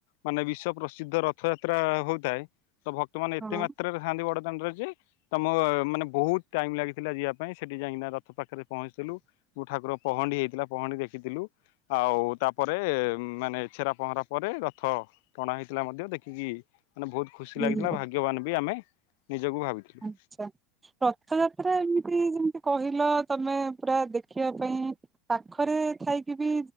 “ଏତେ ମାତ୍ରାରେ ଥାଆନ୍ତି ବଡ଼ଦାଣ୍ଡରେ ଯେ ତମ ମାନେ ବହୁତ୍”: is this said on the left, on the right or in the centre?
Left